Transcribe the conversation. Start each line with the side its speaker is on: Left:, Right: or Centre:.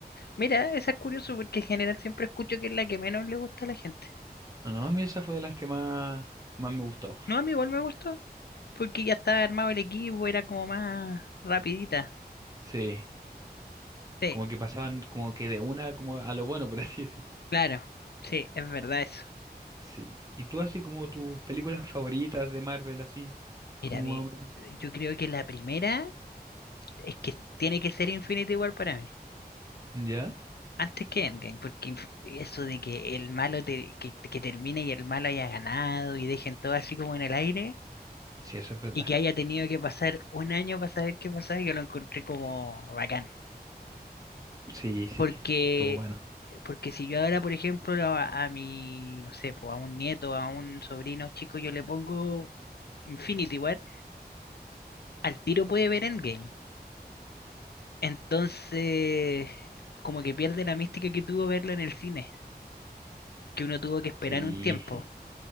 Left: Mira, esa es curioso porque en general siempre escucho que es la que menos le gusta a la gente.
Right: No, a mí esa fue de las que más, más me gustó.
Left: No, a mí igual me gustó porque ya estaba armado el equipo, era como más rapidita.
Right: Sí,
Left: Sí,
Right: como que pasaban como que de una como a lo bueno, por así decir
Left: claro. Sí, es verdad eso.
Right: Sí. ¿Y tú así como tus películas favoritas de Marvel, así,
Left: Mira,
Right: como
Left: a mí,
Right: más o menos?
Left: yo creo que la primera es que tiene que ser Infinity igual para mí.
Right: ¿Ya?
Left: Antes que Endgame, porque inf- eso de que el malo te- que, que termine y el malo haya ganado y dejen todo así como en el aire
Right: Sí, eso es verdad.
Left: y que haya tenido que pasar un año para saber qué pasaba, yo lo encontré como bacán.
Right: Sí, sí.
Left: Porque,
Right: Todo bueno.
Left: porque si yo ahora, por ejemplo, a, a mi, no sé, pues a un nieto, a un sobrino chico, yo le pongo Infinity War, al tiro puede ver Endgame. Entonces, como que pierde la mística que tuvo verlo en el cine, que uno tuvo que esperar
Right: Sí,
Left: un tiempo.